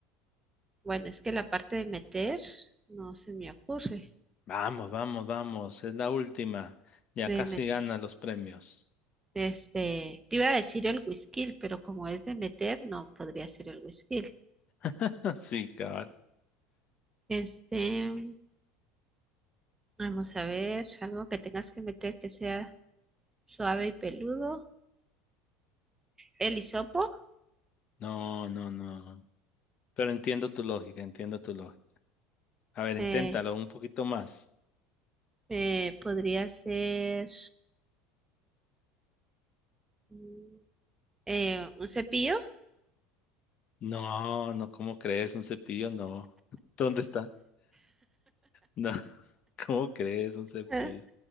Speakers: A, on the right (about 15°); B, on the left (about 45°).
A: Bueno, es que la parte de meter no se me ocurre.
B: Vamos, vamos, vamos. Es la última. Ya
A: De
B: casi
A: meter.
B: ganas los premios.
A: Este, te iba a decir el whisky, pero como es de meter, no podría ser el whisky.
B: <laughs> Sí, cabal.
A: Este, vamos a ver, algo que tengas que meter que sea. suave y peludo. El hisopo
B: No, no, no. Pero entiendo tu lógica, entiendo tu lógica. A ver, inténtalo
A: eh,
B: un poquito más.
A: eh, podría ser mm, eh, un cepillo.
B: No, no, ¿cómo crees? Un cepillo, no. <laughs> ¿Dónde está? No, <laughs> ¿cómo crees? Un cepillo.
A: Ah,